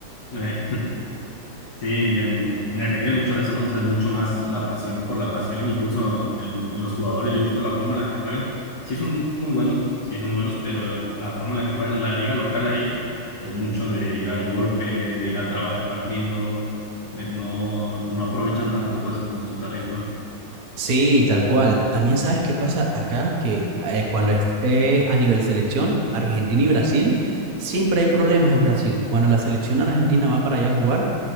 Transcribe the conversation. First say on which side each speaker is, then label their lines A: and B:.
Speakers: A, on the left; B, on the right.
A: eh, Sí, y en, en Argentina hay mucho de eso, ¿no? O sea, es mucho más la pasión por la pasión, incluso en, en los jugadores, yo he visto la forma en la que juegan, sí son muy buenos, sí son muy buenos, pero la forma en la que juegan en la liga local ahí es mucho de ir al golpe, de ir a trabar el partido, de no, no aprovechan tanto pues su, su talento.
B: Sí, tal cual. También sabes qué pasa acá, que eh, cuando es eh, a nivel selección, Argentina y Brasil, siempre hay problemas en Brasil. Cuando la selección argentina va para allá a jugar,